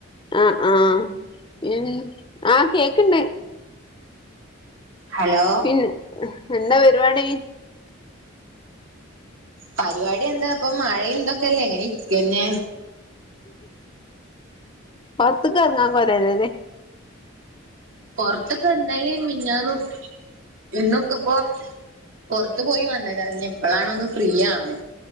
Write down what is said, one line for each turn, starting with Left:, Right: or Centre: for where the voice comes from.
Left: അഹ് അഹ് ഉം അഹ് കേക്ക്ണ്ട്
Right: ഹലോ
Left: പിൻ എന്താ പരുപാടി
Right: പര്വാടി എന്താ ഇപ്പൊ മഴ ന്തൊക്കെല്ലേ ഇങ്ങനെ ഇരിക്കന്നെ
Left: പൊർത്ത്ക്കെറങ്ങാൻ <unintelligible>
Right: പൊറത്ത്ക്ക് ഇന്നലേം മെഞ്ഞാന്നും ഇന്ന്ക്കുപ്പോ പൊറത്ത് പോയി വന്നതാ ഇഞ്ഞിപ്പളാണ് ഒന്ന് ഫ്രീ ആവണ്